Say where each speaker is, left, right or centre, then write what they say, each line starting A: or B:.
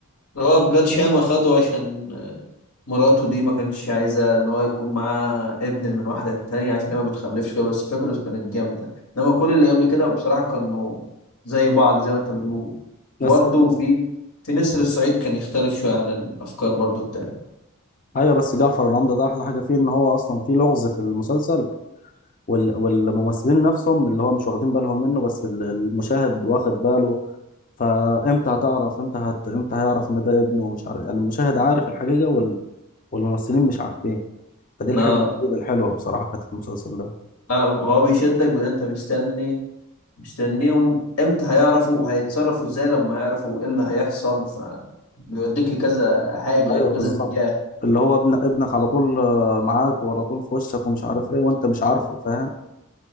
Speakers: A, on the left (about 85°); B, on the left (about 40°).
A: هو بلال شامة خده عشان آه، مراته دي ما كانتش عايزة إن هو يكون معاه ابن من واحدة تانية عشان هي ما بتخلفش كده بس فكرته كانت جامدة إنما كل اللي قبل كده بصراحة كانوا زي بعض زي ما أنت بتقول
B: بس
A: برضه في في نسر الصعيد كان يختلف شوية عن الأفكار برضه التانية
B: ايوه بس جعفر العمدة ده احلى حاجة فيه ان هو اصلا فيه لغز في المسلسل وال... والممثلين نفسهم اللي هو مش واخدين بالهم منه بس ال- المشاهد واخد باله فامتى هتعرف امتى هت... امتى هيعرف ان ده ابنه ومش عارف يعني المشاهد عارف الحقيقة وال... والممثلين مش عارفين فدي
A: نا-
B: الحاجة الجديدة الحلوة بصراحة كانت في المسلسل ده
A: آه، هو بيشدك بإن أنت مستني مستنيهم إمتى هيعرفوا وهيتصرفوا إزاي لما يعرفوا إيه اللي هيحصل فبيوديك لكذا حاجة
B: ايوه
A: يعني كذا
B: بالظبط
A: اتجاه
B: اللي هو ابن ابنك على طول آه، معاك وعلى طول في وشك ومش عارف ايه وانت مش عارفه فاهم